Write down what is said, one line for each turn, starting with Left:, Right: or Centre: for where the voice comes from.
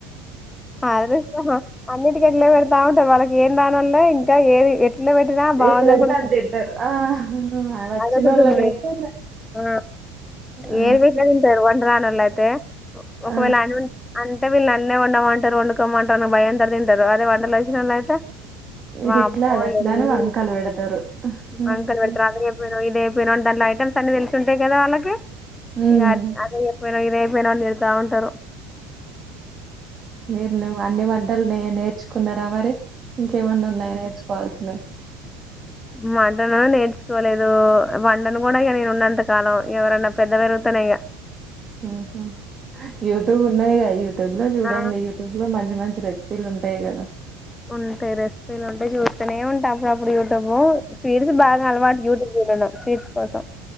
Left: అదృష్టమా అన్నిటి ఎట్లే పెడతా ఉంటారు వాళ్ళకి ఏం దానోల్లే ఇంకా ఏది ఎట్ ఇళ్ల పెటరా బాగుంది
Right: ఏది పెడితే
Left: అనుకుంట
Right: అది తింటారు ఆ ఆ వచ్చినోళ్ళకైతే
Left: అదొకతుంది ఆ
Right: ఆ
Left: ఏది వెట్టిన తింటారు వంట రానోళ్ళు అయితే
Right: ఆ
Left: ఒకవేళ అ అంటే వీళ్ళు నన్నెమన్న వంటరు వండుకోమంటారు అని భయంతోని తింటారు అదే వంటలు వచ్చినోళ్లు అయితే
Right: ఇది
Left: వామ్మో
Right: ఇట్లా అది అట్లా
Left: ఇగ వీళ్ళు
Right: అని వంకలు పెడతారు ఉమ్
Left: వంకల్ వెడుతారు అదేయపెనవ్ ఇదే విరోంటన్ల ఐటెమ్స్ అన్ని తెలిసి ఉంటాయి కదా వాళ్ళకి
Right: ఉమ్
Left: ఇక అ పోయినవు ఇది ఎయపోయినావు అని తిడత ఉంటరు
Right: మీరు నువ్ అన్ని వంటలు నే నేర్చుకున్నారా మరి ఇంకేమన్న ఉన్నాయా నేర్చుకోవాల్సినయి
Left: మటను నేర్చుకోలేదు వండను కూడా నేను ఉన్నంతకాలం ఎవరన్నా పెద్దవేరు గుతనే ఇయ
Right: ఆహా యూట్యూబ్ ఉన్నది కదా యూట్యూబ్ ల చూడండి
Left: ఆ
Right: యూట్యూబ్ లో మంచి మంచి రెసిపీలు ఉంటాయి కదా
Left: ఉంటా రెసిపీలు ఉంటా చూస్తనే ఉంటా అప్పుడప్పుడు యూట్యూబ్ స్వీట్స్ బాగా అలవాటు యూట్యూబ్ చూడను స్వీట్స్ కోసం